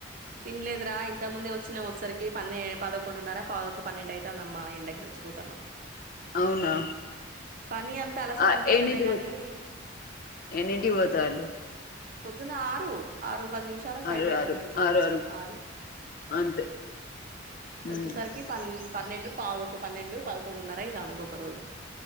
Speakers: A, on the right; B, on the left.
A: తినలేదురా ఇంత ముందే వచ్చిన ఒచే సరికి పన్నే పదకొండున్నరా పావుద్ ఒక పన్నెండు ఐతదమ్మా ఎండకి సచ్చిపోతానం
B: అవునా
A: పని అంతా అలసట
B: ఆ
A: అనిపిస్తలే
B: ఎన్నింటికి
A: గాని
B: పో ఎన్నింటికి పోతాళ్ళు
A: పొద్దున ఆరు ఆరు పది నిమిషాలకు బయలుదేరుతన్నం
B: ఆరు ఆరు
A: ఇంట్లో
B: ఆరు
A: నుంచి ఆరు
B: అంతే
A: వచ్చేసరికి
B: ఉమ్
A: పన్ పన్నెండు పావుదక్క పన్నెండు పదకొండు నర అయితాంది ఒకొక రోజు